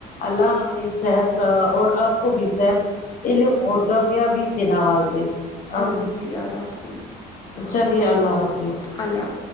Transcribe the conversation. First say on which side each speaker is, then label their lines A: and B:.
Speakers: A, on the left (about 55°); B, on the left (about 20°).
A: اللہ ہمیں صحت اور آپ کو بھی صحت علم اور کامیابی سے نوازے اب
B: آامد دییار ہو آپ کو بھی
A: چلیے اللہ حافظ
B: الله